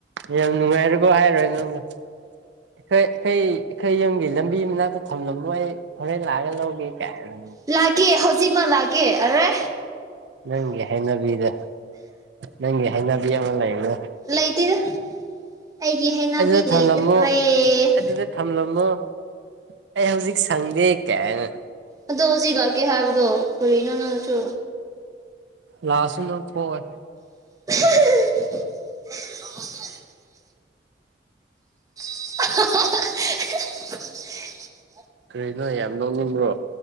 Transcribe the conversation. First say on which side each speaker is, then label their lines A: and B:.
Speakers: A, on the right; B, on the right.
A: ꯌꯥꯝ ꯅꯨꯡꯉꯥꯏꯔꯀꯣ ꯍꯥꯏꯔꯣꯏ ꯅꯪꯗ ꯑꯩꯈꯣꯏ ꯑꯩꯈꯣꯏ ꯑꯩꯈꯣꯏ ꯌꯨꯝꯒꯤ ꯂꯝꯕꯤ ꯃꯅꯥꯛꯇ ꯊꯝꯂꯝꯃꯣ ꯑꯩ ꯍꯣꯔꯦꯟ ꯂꯑꯒ ꯂꯧꯒꯦ ꯀꯥꯏꯅ
B: ꯂꯥꯛꯀꯦ ꯍꯧꯖꯤꯛꯃꯛ ꯂꯥꯛꯀꯦ ꯑꯔꯦ
A: ꯅꯪꯒꯤ ꯍꯩꯅꯕꯤꯗ ꯅꯪꯒꯤ ꯍꯩꯅꯕꯤ ꯑꯃ ꯂꯩꯕꯗ
B: ꯂꯩꯇꯦꯗ ꯑꯩꯒꯤ ꯍꯩꯅꯕꯤ
A: ꯑꯗꯨꯗ ꯊꯝꯂꯝꯃꯣ
B: ꯂꯩꯇ꯭ꯔꯦ
A: ꯑꯗꯨꯗ ꯊꯝꯂꯝꯃꯣ ꯑꯩ ꯍꯧꯖꯤꯛ ꯁꯪꯗꯦ ꯀꯥꯏꯅ
B: ꯑꯗꯣ ꯍꯧꯖꯤꯛ ꯂꯥꯛꯀꯦ ꯍꯥꯏꯕꯗꯣ ꯀꯔꯤꯅꯣ ꯅꯪꯁꯨ
A: ꯂꯥꯥꯛꯑꯁꯨ ꯅꯪ ꯊꯣꯛꯑꯣꯢ
B: ꯑꯍꯥ ꯍ ꯥꯍꯥ ꯍꯥ ꯑꯍꯥ ꯍꯥꯍꯥ
A: ꯀꯔꯤꯅꯣ ꯌꯥꯝ ꯅꯣꯛꯅꯤꯡꯕ꯭ꯔꯣ